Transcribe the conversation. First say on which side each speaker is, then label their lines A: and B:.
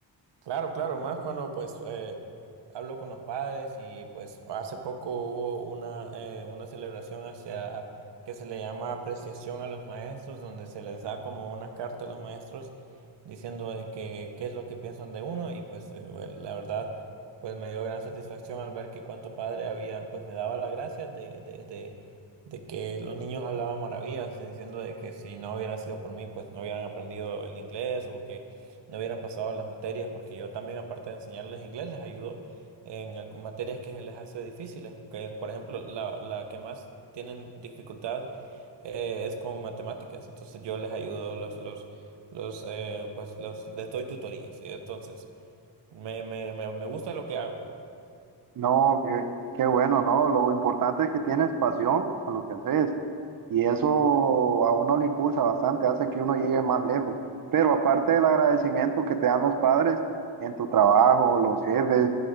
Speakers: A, on the right; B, on the right.
A: Claro, claro, más cuando pues eh, hablo con los padres y pues hace poco hubo una, eh, una celebración hacia que se le llama apreciación a los maestros, donde se les da como una carta a los maestros diciendo de que qué es lo que piensan de uno y pues eh, bueno, la verdad pues me dio gran satisfacción al ver que cuánto padre había, pues me daba las gracias de, de, de, de que los niños hablaban maravillas, diciendo de que si no hubiera sido por mí pues no hubieran aprendido el inglés o que no hubieran pasado las materias, porque yo también, aparte de enseñarles inglés, les ayudo en algu- materias que les hace difíciles, que por ejemplo, la, la que más tienen dificultad eh, es con matemáticas, entonces yo les ayudo, los, los, los, eh, pues los, les doy tutorías, entonces me, me, me, me gusta lo que hago.
B: No, qué, qué bueno, ¿no? Lo importante es que tienes pasión a lo que haces y eso a uno le impulsa bastante, hace que uno llegue más lejos. Pero aparte del agradecimiento que te dan los padres en tu trabajo, los jefes